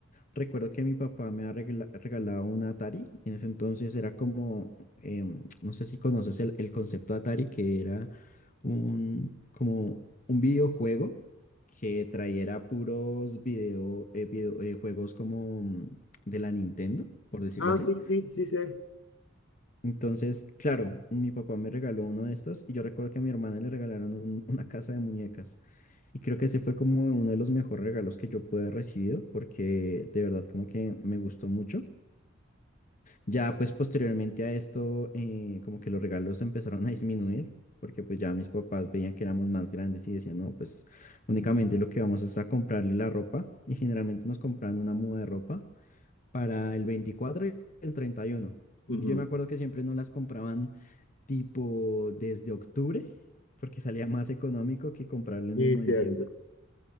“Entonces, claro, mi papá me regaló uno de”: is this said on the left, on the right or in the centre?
Left